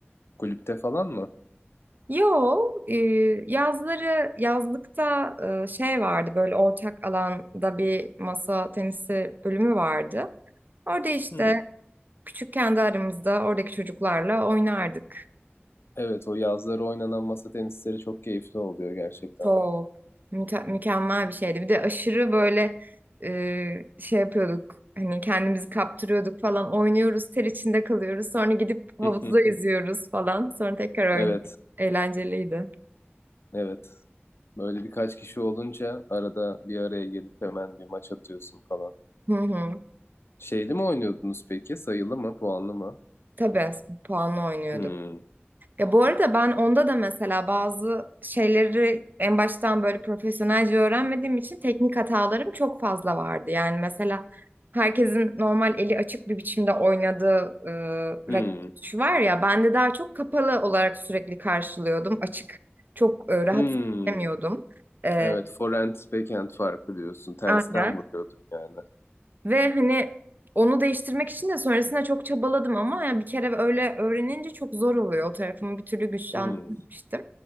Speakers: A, on the left (about 70°); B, on the right (about 45°).
A: Kulüpte falan mı?
B: Yo, e, yazları yazlıkta e, şey vardı böyle ortak alanda bir masa tenisi bölümü vardı. Orada işte
A: Hmm.
B: küçük kendi aramızda oradaki çocuklarla oynardık.
A: Evet o yazları oynanan masa tenisleri çok keyifli oluyor gerçekten.
B: Çok müke- mükemmel bir şeydi. Bir de aşırı böyle e, şey yapıyorduk. Hani kendimizi kaptırıyorduk falan. Oynuyoruz, ter içinde kalıyoruz. Sonra gidip havuzda
A: <laughs>
B: yüzüyoruz falan. Sonra tekrar
A: Evet,
B: oynuyoruz. Eğlenceliydi.
A: evet. Böyle birkaç kişi olunca arada bir araya gelip hemen bir maç atıyorsun falan.
B: Hı hı.
A: Şeyli mi oynuyordunuz peki? Sayılı mı? Puanlı mı?
B: Tabii puanlı oynuyorduk.
A: Hmm.
B: Ya bu arada ben onda da mesela bazı şeyleri en baştan böyle profesyonelce öğrenmediğim için teknik hatalarım çok fazla vardı. Yani mesela herkesin normal eli açık bir biçimde oynadığı e,
A: Hmm.
B: raket tutuşu var ya ben de daha çok kapalı olarak sürekli karşılıyordum. Açık çok e, rahat
A: Hmm.
B: edemiyordum. E,
A: Evet, forehand, backhand farkı diyorsun. Tersten
B: aynen.
A: vuruyorduk yani.
B: Ve hani onu değiştirmek için de sonrasında çok çabaladım ama yani bir kere öyle öğrenince çok zor oluyor. O tarafımı bir türlü güçlendirmemiştim.
A: Hmm.